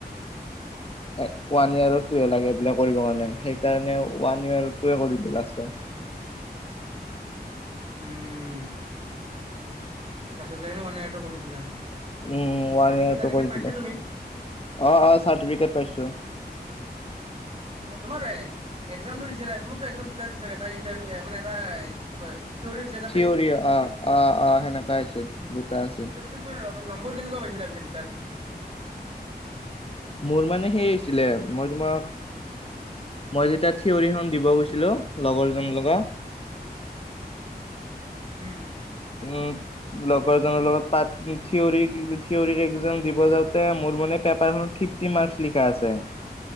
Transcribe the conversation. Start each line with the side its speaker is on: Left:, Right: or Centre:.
Right: <inaudible>
Left: ওৱান ইয়াৰৰ টোৱে লাগে বোলে কৰিব কাৰণে সেইকাৰণে ওৱান ইয়াৰৰ টোৱে কৰিলোঁ লাষ্টত।
Right: উম। লাষ্টত যায় কিনে ওৱান ইয়েৰৰ টোৰ কৰি দিলে আৰু
Left: উম ওৱান
Right: চাৰ্টিফিকেট
Left: ইয়াৰটো
Right: তাৰ্টিফিকেট
Left: কৰি
Right: পাইছা
Left: দিলো
Right: তুমি?
Left: অ' অ' চাৰ্টিফিকেট পাইছোঁ।
Right: তোমাৰ এক্সামটো দিছিলা। তোমাৰটো এক্সাম দুটা হৈছিল চাগে এটা ইণ্টাৰভিউ মানে এটা কি কয় থিয়ৰি হৈছে এটা
Left: থিয়ৰি অ' অ' অ' সেনেকুৱাই আছিল দুটা আছিল।
Right: তাৰপিছত তোমাৰ নম্বৰ কেনেকুৱা পাইছিলা পিছে দুটাত?
Left: মোৰ মানে সেই হৈছিলে। মই তোমাক মই যেতিয়া থিয়ৰি খন দিব গৈছিলোঁ লগৰ জনৰ লগত
Right: উম।
Left: উম। লগৰজনৰ লগত পাট থ্ৰিয়ৰি থ্ৰিয়ৰি এক্সাম দিব যাওঁতে মোৰ মানে পেপাৰখনত ফ্ৰিফট ফ্ৰিফটি মাৰ্কছ লিখা আছে।